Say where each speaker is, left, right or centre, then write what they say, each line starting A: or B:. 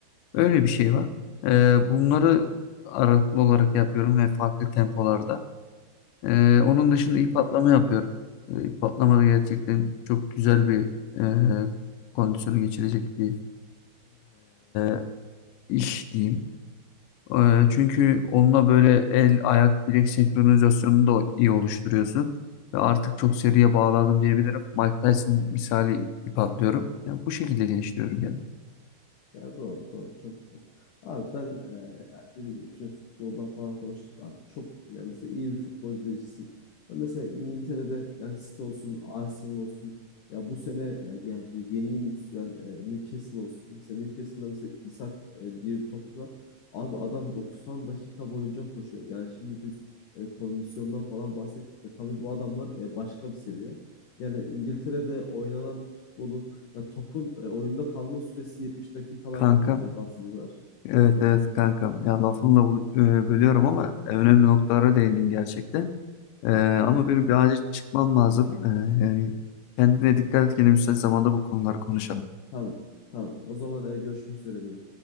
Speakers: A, on the left; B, on the left.
A: Öyle bir şey var. E, bunları
B: Hı hı.
A: aralıklı olarak yapıyorum ve farklı tempolarda. E, onun dışında ip atlama yapıyorum. E, ip atlama da gerçekten çok güzel bir e, kondisyonu geçirecek bir e, iş diyeyim. Ee, çünkü onunla böyle el, ayak, bilek senkronizasyonunu da iyi oluşturuyorsun. Ve artık çok seriye bağladım diyebilirim. Mike Tyson misali ip atlıyorum. Yani bu şekilde geliştiriyorum kendimi.
B: Ya doğru doğru çok güzel. Abi ben e, ya dediğim gibi şimdi futboldan falan konuştuk abi. Çok ya mesela iyi bir futbolcu değişsin. Ben mesela İngiltere'de yani City olsun, Arsenal olsun. Ya bu sene e, yani böyle yeni yeni yükselen e, Newcastle olsun. Mesela Newcastle'da mesela Isak e, diye bir topçu var. Abi adam 90 dakika boyunca koşuyor. Yani şimdi biz e, kondisyondan falan bahsettik de tabii bu adamlar e, başka bir seviye. Yani İngiltere'de oynanan futbolun ya topun e, oyunda kalma süresi 70 dakikalardan
A: Kankam,
B: e, bahsediyorlar.
A: evet
B: Buyur kanka.
A: evet kankam. Ya lafınla bu- e, bölüyorum ama
B: Buyur.
A: önemli noktalara değindin gerçekten. E, ama benim bir acil çıkmam lazım. E, yani kendine dikkat et. Yine müsait zamanda bu konuları konuşalım.
B: Tamam. Tamam. O zaman e, görüşmek üzere diyelim.